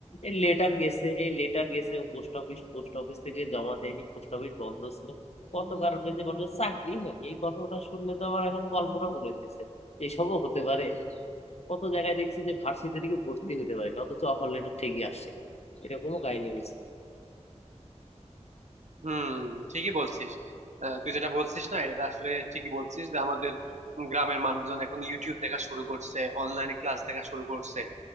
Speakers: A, on the left; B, on the right.
A: এই লেটার গেছে এই লেটার গেছে ও পোস্ট অফিস পোস্ট অফিস থেকে জমা দেয়নি পোস্ট অফিস বন্ধ ছিল কত কারণে যে মানুষের চাকরি হয় এই ঘটনাটা শুনলে তো আমার এখন কল্পনা মনে হইতেছে যে এসবও হতে পারে কত জায়গায় দেখছি যে ভার্সিটি থেকে ভর্তি হতে পারে না অথচ অফার লেটার ঠিকই আসছিল এরকমও কাহিনী হয়েছে
B: হুম ঠিকই বলছিস আহ, তুই যেটা বলছিস না এটা আসলে ঠিকই বলছিস যে আমাদের গ্রামের মানুষজন এখন ইউটিউব দেখা শুরু করছে অনলাইনে ক্লাস দেখা শুরু করছে